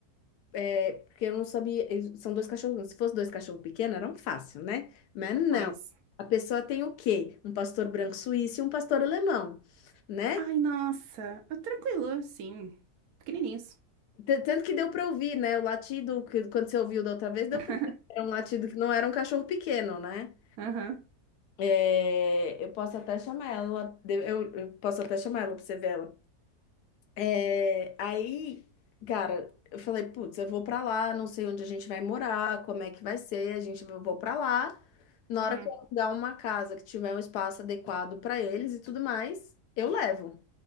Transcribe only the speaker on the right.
Pois.
Ai, nossa. Ah, Tranquilo, sim. Pequenininhos.
<laughs>
Aham.
Uhum.